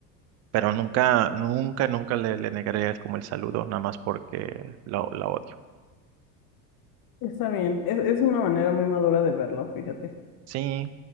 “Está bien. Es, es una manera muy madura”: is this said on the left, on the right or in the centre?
Left